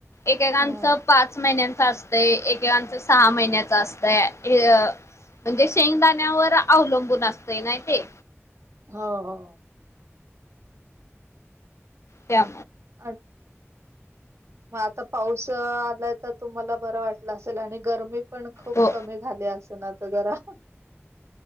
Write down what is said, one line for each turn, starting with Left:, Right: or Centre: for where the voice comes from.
Left: एकेकांच
Right: हम्म
Left: पाच महिन्यांच असत ते ऐके काच सहा महिन्याच असतय हे अ म्हणजे शेंगदाण्यावर अवलंबून असतय ना ते
Right: हो हो
Left: त्या
Right: अ म आता पाऊस आलाय तर तुम्हाला बरं वाटलं असेल आणि गरमी पण खूप
Left: हो
Right: कमी झाली असे ना त जरा ह